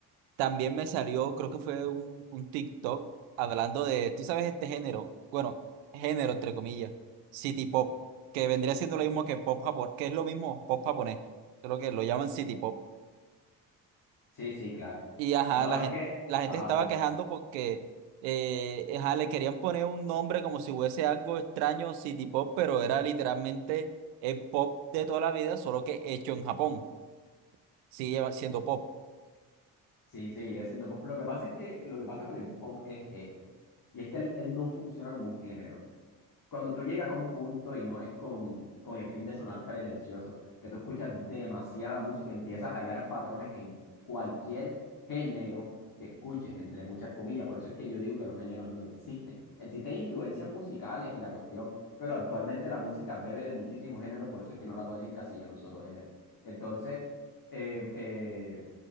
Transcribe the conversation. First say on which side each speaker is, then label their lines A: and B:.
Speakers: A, on the right; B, on the left.
A: También me salió, creo que fue un, un TikTok hablando de, tú sabes, este género, bueno, género entre comillas, City Pop, que vendría siendo lo mismo que pop japonés, que es lo mismo pop japonés, creo que lo llaman City Pop.
B: Sí, sí, claro.
A: Y ajá,
B: No,
A: la
B: es
A: gente,
B: que,
A: la gente
B: ajá,
A: estaba
B: dale.
A: quejando porque eh, ajá, le querían poner un nombre como si fuese algo extraño, City Pop, pero era literalmente el pop de toda la vida, solo que hecho en Japón. Sigue siendo pop,
B: Sí, seguiría siendo pop. Lo que pasa es que lo que pasa con el pop es esto. Y es que él, él no funciona como un género. Cuando tú llegas a un punto y no es con, con el fin de sonar pretencioso, que tú escuchas demasiada música, empiezas a hallar patrones en cualquier género que escuches, entre muchas comillas. Por eso es que yo digo que los géneros no existen. Existen influencias musicales y la cuestión, pero actualmente la música bebe de muchísimos géneros, por eso es que no la puedes encasillar en un solo género. Entonces, eh, eh,